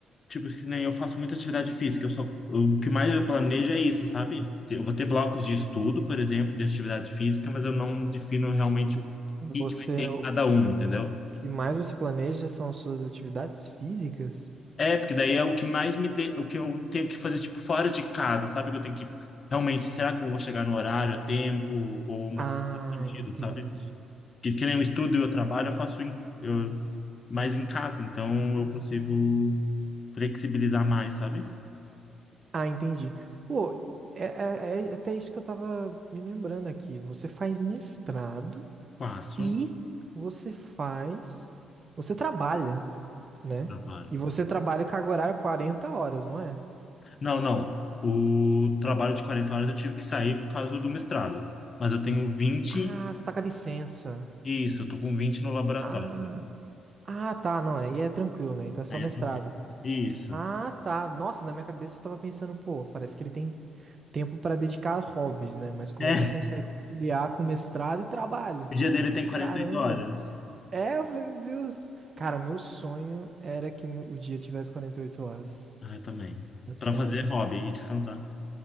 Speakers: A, on the left; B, on the right.
A: Tipo, que nem eu faço muita atividade física. Eu só, o que mais eu planejo é isso, sabe? Eu vou ter blocos de estudo, por exemplo, de atividade física, mas eu não defino realmente o
B: Você,
A: que que vai ter em
B: o
A: cada um,
B: o
A: entendeu?
B: que mais você planeja são as suas atividades físicas?
A: É, porque daí é o que mais me de... o que eu tenho que fazer tipo fora de casa, sabe? Que eu tenho que realmente, será que eu vou chegar no horário, a tempo ou uma
B: Ah,
A: coisa nesse sentido,
B: entendi.
A: sabe? Que, que nem eu estudo e eu trabalho, eu faço em... eu... mais em casa, então eu consigo flexibilizar mais, sabe?
B: Ah, entendi. Pô, é, é- é até isso que eu tava me lembrando aqui. Você faz mestrado
A: Faço
B: e você faz, você trabalha, né?
A: trabalho.
B: E você trabalha carga horária 40 horas, não é?
A: Não, não. O trabalho de 40 horas eu tive que sair por causa do mestrado, mas eu tenho 20
B: Ah, você tá com a licença.
A: isso, eu tô com 20 no laboratório.
B: Ah, ah, tá, não, aí é tranquilo, né? Então é só
A: Aí
B: mestrado.
A: é tranquilo. Isso.
B: Ah, tá. Nossa, na minha cabeça eu tava pensando, pô, parece que ele tem tempo pra dedicar a hobbies, né? Mas como
A: É.
B: é que ele consegue conciliar com mestrado e trabalho?
A: O dia dele
B: Falei,
A: tem 48
B: Caramba.
A: horas.
B: É, eu falei, meu Deus. Cara, meu sonho era que o dia tivesse 48 horas.
A: Ah, eu também.
B: Meu sonho.
A: Pra fazer hobby e descansar.